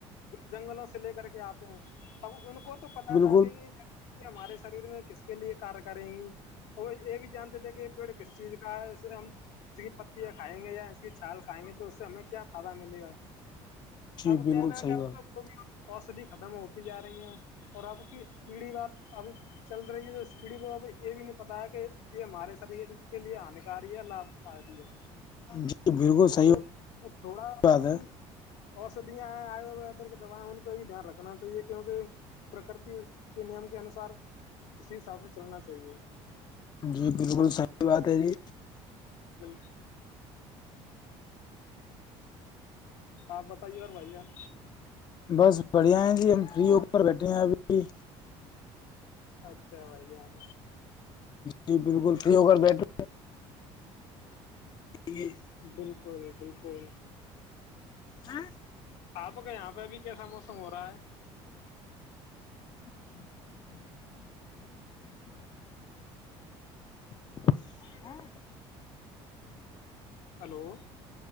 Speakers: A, on the left (about 75°); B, on the left (about 35°).
A: جنگلوں سے لے کر کے آتے ہیں اب ان کو تو پتا
B: بالکل
A: تھا کہ یہ ج ہمارے سے شریر میں کس کے لیے کار کریں گی اور یہ بھی جانتے تھے کہ یہ پیڑ کس چیز کا ہے اس سے ہم اس کی پتیاں کھائیں گے یا اس کی چھال کھائیں گے تو اس سے ہمیں کیا فائدہ ملے گا
B: جی
A: اب کیا
B: بالکل
A: نام
B: صحیح
A: کہ
B: بات
A: وہ اوسدھی ختم ہوتی جا رہی ہیں اور اب کی پیڑھی وال ابھی چل رہی ہے جو اس پیڑھی کو اب یہ بھی نہیں پتا ہے کہ یہ ہمارے شریر کے لیے ہان کاری ہے لابھکاری ہے
B: جی بالکل صحیح
A: تو وہ تھوڑا اپنی
B: بات ہے
A: اوسدیاں ہیں آودر دوائیں ان پہ بھی دھیان رکھنا چاہیے کیونکہ پرکرتی کے نیم کے انوسار اسی حساف سے چلنا چاہیے
B: جی بالکل صحی بات ہے جی
A: ج ا آپ بتائیے ار بھائی جان
B: بس بڑھیا ہیں جی ہم فری اوپر بیٹھے ہیں ابھی
A: اچھا بھائی جان
B: جی بالکل فری ہو کر بیٹھے گے
A: بالکل بالکل
B: ہ
A: آپ کا یہاں پہ ابھی کیسا موسم ہو رہا ہے
B: ج ب ہو رہا ہے
A: ہلو